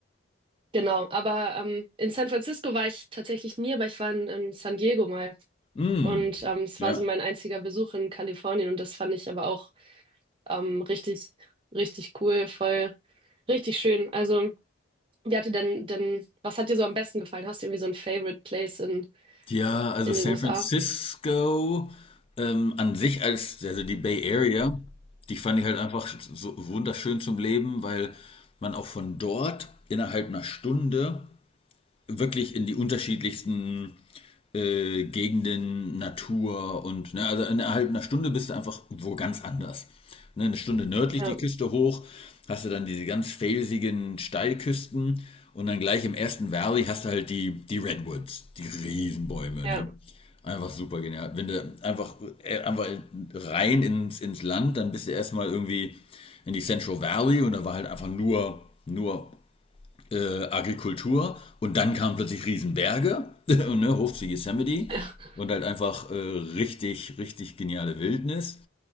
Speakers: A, on the right; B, on the left.
A: Genau. Aber ähm, in San Francisco war ich tatsächlich nie, aber ich war in, in San Diego mal.
B: Mhm.
A: Und ähm, es
B: Ja.
A: war so mein einziger Besuch in Kalifornien und das fand ich aber auch Ähm, richtig, richtig cool, voll, richtig schön. Also, wie hat dir denn, denn, was hat dir so am besten gefallen? Hast du irgendwie so ein Favorite Place in,
B: Ja, also
A: in
B: San
A: den USA?
B: Francisco ähm, an sich als, also die Bay Area, die fand ich halt einfach so wunderschön zum Leben, weil man auch von dort innerhalb einer Stunde wirklich in die unterschiedlichsten äh, Gegenden, Natur und ne, also innerhalb einer Stunde bist du einfach wo ganz anders. Ne, eine Stunde nördlich
A: Ja,
B: die Küste hoch, hast du dann diese ganz felsigen Steilküsten und dann gleich im ersten Valley hast du halt die, die Redwoods, die Riesenbäume,
A: ja,
B: ne? Einfach super genial. Wenn du einfach, äh, einfach rein ins, ins Land, dann bist du erstmal irgendwie in die Central Valley und da war halt einfach nur, nur äh, Agrikultur und dann kamen plötzlich Riesenberge, <laughs> ne, Hof zu Yosemite
A: <laughs>
B: und halt einfach äh, richtig, richtig geniale Wildnis.